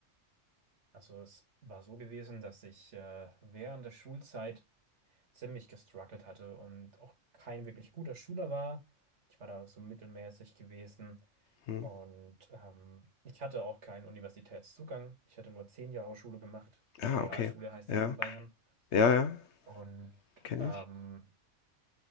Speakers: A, on the right; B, on the left.
A: Also es war so gewesen, dass ich äh, während der Schulzeit ziemlich gestruggelt hatte und auch kein wirklich guter Schüler war. Ich war da so mittelmäßig gewesen
B: Hm.
A: und ähm, ich hatte auch keinen Universitätszugang. Ich hatte nur zehn Jahre Schule gemacht.
B: Ah,
A: Realschule
B: okay.
A: heißt
B: Ja,
A: das in Bayern.
B: ja, ja,
A: Und
B: kenne
A: ähm,
B: ich.